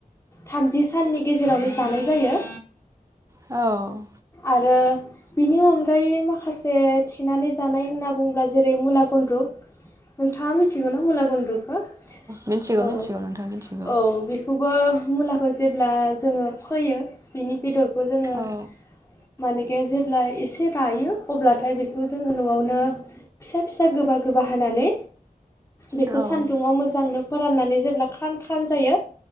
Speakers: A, on the left; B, on the right.
A: थामजि साननि गेजेरावनो जानाय जायो
B: औ
A: आरो बिनि अनगायै माखासे थिनानै जानाय होनना बुंङोब्ला जेरै मुला गुन्द्रु नोंथाङा मिथिगौ ना मुला गुन्द्रुखौ
B: मिथिगौ
A: औ औ
B: मिथिगौ नोंथां मिथिगौ
A: औ बेखौ खौबो मुलाखौ जेब्ला जोङो फोयो बिनि बेदरखौ जोङो
B: औ
A: माने बे जेब्ला एसे रायो अब्लाथाय बेखौ जोंङो न'आवनो फिसा फिसा गोबा गोबा हानानै बेखौ
B: औ
A: सान्दुङाव मोजांनो फोराननानै जेब्ला खान खान जायो